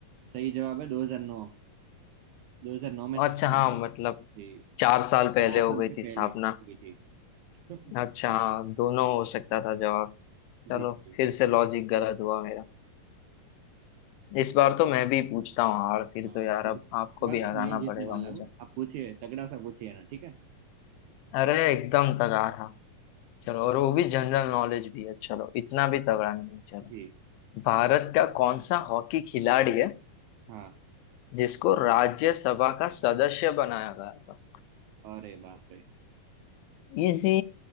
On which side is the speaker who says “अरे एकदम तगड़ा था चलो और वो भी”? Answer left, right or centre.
Left